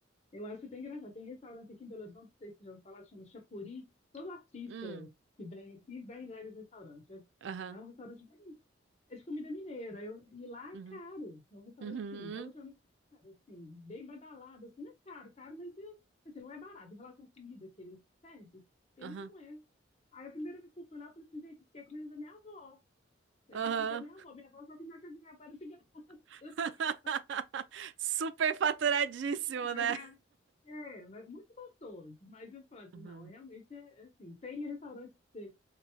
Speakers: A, on the left; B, on the right.
A: Eu acho até engraçado. Tem restaurante aqui em Belo Horizonte, não sei se você já ouviu falar, chama Chapuri. Todo artista
B: Hum,
A: que vem aqui vem lá nesse restaurante. É,
B: aham.
A: é um restaurante bonito. É de comida mineira. Eu, e lá
B: Uhum.
A: é caro. É um restaurante,
B: Uhum.
A: assim, relativamente caro, assim, bem badalado, assim, não é caro, caro, mas é, assim, não é barato. Em relação à comida que ele serve, ele
B: Aham.
A: não é. Aí a primeira vez que eu fui lá, eu falei assim, gente, isso aqui é comida da minha avó. É
B: Aham.
A: comida da minha avó. Minha avó só comeu a comida da minha avó, era de graça.
B: <laughs> Super faturadíssimo,
A: Mas
B: né?
A: é, é, é muito gostoso. Mas eu falo assim,
B: Uhum.
A: não, realmente é, é assim. Tem restaurantes que você-